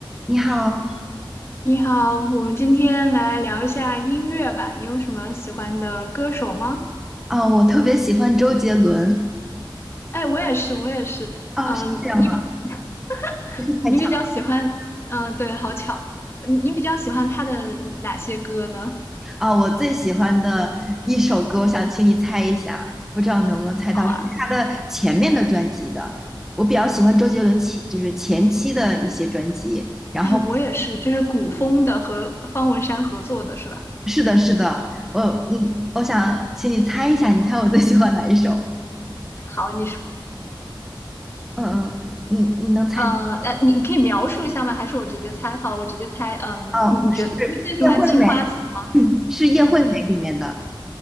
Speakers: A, in the centre; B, on the left.
A: 你好，
B: 你好，我们今天来聊一下音乐吧。你有什么喜欢的歌手吗？
A: 啊、我特别喜欢周杰伦，
B: 哎，我也是，我也是。
A: 啊、
B: 嗯、
A: 是这样吗？
B: 你比 <laughs>
A: 真是太巧
B: 你比较喜欢，嗯、对，好巧，你你比较喜欢他的哪些歌呢？
A: 啊、我最喜欢的一首歌，我想请你猜一下，不知道能不能猜到，
B: 好啊，
A: 是他的前面的专辑的。我比较喜欢周杰伦前，就是前期的一些专辑。然后，
B: 哎，我也是，就是古风的和方文山合作的是吧？
A: 是的，是的，我嗯，我想请你猜一下，你猜我最喜欢哪一首？
B: 好，你说，
A: 嗯嗯，你你能猜到？
B: 呃，那你你可以描述一下吗？还是我直接猜？好，我直接猜。嗯、
A: 哦，
B: 你你觉得你会最喜欢《青花瓷》
A: 是叶惠美，是叶惠美里面的。